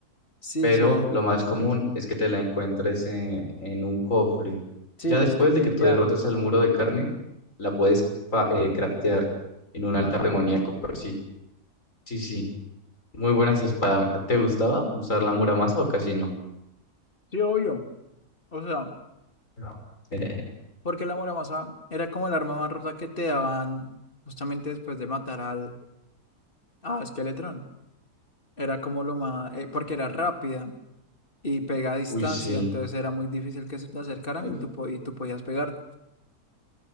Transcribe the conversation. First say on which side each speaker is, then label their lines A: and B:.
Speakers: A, on the left; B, on the left.
A: sí,
B: pero
A: sí,
B: lo más común es que te la encuentres en, en un cofre.
A: sí,
B: Ya
A: los
B: después
A: que piden
B: de que tú
A: llave.
B: derrotas al muro de carne, la puedes fa- eh, craftear en un altar
A: Ah.
B: demoníaco, pero sí, sí, sí. Muy buenas espadas. ¿Te gustaba usar la Muramasa o casi no?
A: Sí, obvio. O sea,
B: No. <laughs>
A: porque la Muramasa era como el arma más rota que te daban justamente después de matar al a Skeletron. Era como lo más, eh, porque era rápida y pega a distancia,
B: Uy, sí.
A: entonces era muy difícil que se te acercaran
B: Mm.
A: y tú, po- y tú podías pegar.